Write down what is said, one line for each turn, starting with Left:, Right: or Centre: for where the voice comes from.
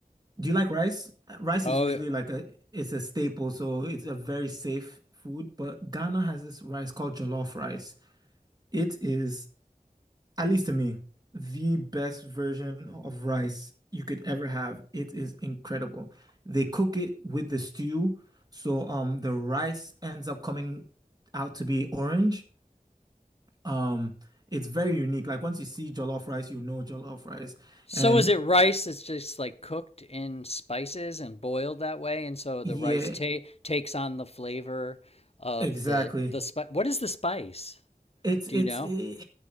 Right: do you like rice? Uh, Rice
Left: Oh,
Right: is usually like a it's a staple, so it's a very safe food. But Ghana has this rice called jollof rice. It is at least to me, the best version of rice you could ever have. It is incredible. They cook it with the stew, so um the rice ends up coming out to be orange. Um, it's very unique. Like once you see jollof rice, you know jollof rice.
Left: so
Right: And
Left: is it rice that's just like cooked in spices and boiled that way, and so
Right: yeah,
Left: the rice ta takes on the flavor of
Right: exactly.
Left: the the spice. What is the spice?
Right: It's
Left: Do
Right: it's
Left: you know?
Right: eh,